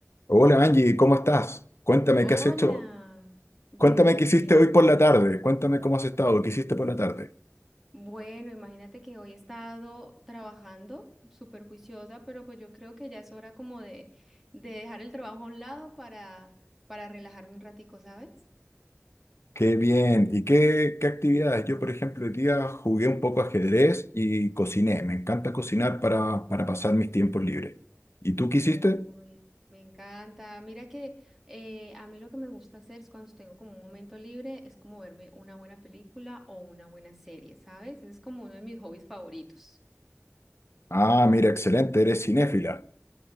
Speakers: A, on the left (about 65°); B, in the centre.
A: Hola Angie, ¿cómo estás? Cuéntame
B: Hola,
A: qué has hecho.
B: muy
A: Cuéntame qué hiciste
B: bien.
A: hoy por la tarde. Cuéntame cómo has estado, qué hiciste por la tarde.
B: Bueno, imagínate que hoy he estado trabajando súper juiciosa, pero pues yo creo que ya es hora como de, de dejar el trabajo a un lado para, para relajarme un ratico, ¿sabes?
A: Qué bien. ¿Y qué, qué actividades? Yo, por ejemplo, hoy día jugué un poco ajedrez y cociné. Me encanta cocinar para, para pasar mis tiempos libres. ¿Y tú qué hiciste?
B: Uy, me encanta. Mira que eh, a mí lo que me gusta hacer es cuando tengo como un momento libre, es como verme una buena película o una buena serie, ¿sabes? Ese es como uno de mis hobbies favoritos.
A: Ah, mira, excelente, eres cinéfila.